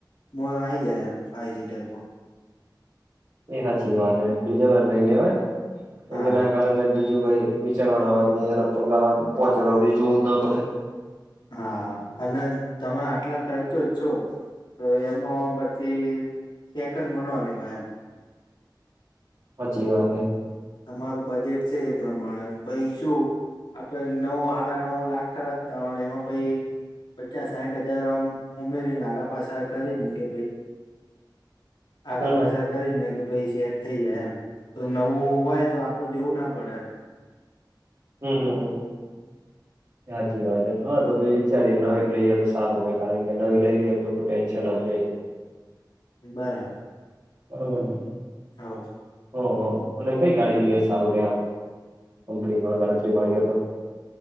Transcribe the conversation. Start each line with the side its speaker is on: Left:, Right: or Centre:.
Left: માં આયી જાય એમ. ફાઇ સીટરમાં
Right: એ સાચી વાત હે. ડીઝલ જ લઈ લેવાય કે
Left: હા
Right: જેના કારણે બીજું કઈ વિચારવાનું આવાજ નય અને પાંચ વરસ સુધી જોવું જ ના પડે.
Left: હા અને તમે આટલા ખર્ચો જ છો તો એમાં પછી સેકડમાં ન લેવાય એમ.
Right: હાચી વાત એ.
Left: તમારું બજેટ છે એ પ્રમાણે પઇ શું આપડે નવ સાડા નવ લાખ ખર્ચતા હોયને એમાં પહિ પચાસ સાઠ હજાર આમ ઉમેરીને આગા પાછા કરીને કે ભાઈ આગા
Right: હમ
Left: પાછા કરી ને કે ભાઈ સેટ થઇ જાય એમ. તો નવું હોય તો, આપડે જોવું ના પડે એમ.
Right: હમ હમ હમ
Left: <inaudible>
Right: સાચી વાતે હ હા તો પાહિ વિચારીએ નવી જ લઈએ તો સારું હો કારણ કે નવી લઈ લઈએ ને તો કોઈ ટેન્શન જ નહી.
Left: બરાબર
Right: <unintelligible>
Left: હવ
Right: ઓ હો અને કઈ ગાડી લઈએ સારું રે આમ કંપનીમાં ગણતરીમાં આઇએ તો